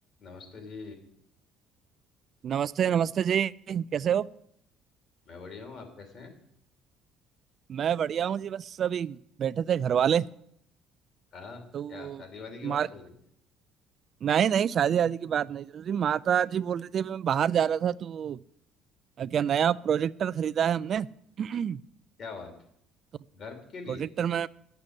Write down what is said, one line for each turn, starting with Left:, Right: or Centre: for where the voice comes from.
Left: नमस्ते जी
Right: नमस्ते नमस्ते जी कैसे हो
Left: मैं बढ़िया हूँ आप कैसे हैं
Right: मैं बढ़िया हूँ जी बस अभी बैठे थे घर वाले
Left: हाँ
Right: तो
Left: क्या शादी वादी की बात
Right: मार
Left: चल रही है
Right: नहीं नहीं शादी आदि की बात नहीं चल रही माता जी बोल रही थी अभी मैं बाहर जा रहा था तो अ, क्या नया प्रोजेक्टर खरीदा है हमने <clears throat>
Left: क्या बात
Right: तो
Left: घर के लिए
Right: प्रोजेक्टर में